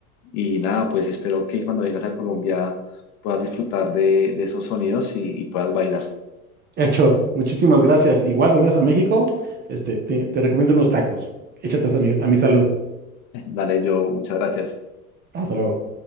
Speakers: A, on the left (about 40°); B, on the right (about 25°).
A: Y nada, pues espero que cuando vengas a Colombia puedas disfrutar de, de esos sonidos y, y puedas bailar.
B: Hecho, muchísimas gracias. Igual, cuando vayas a México, este, te, te recomiendo unos tacos. Échatelos a mi, a mi salud.
A: <laughs> Dale, yo, muchas gracias.
B: Hasta luego.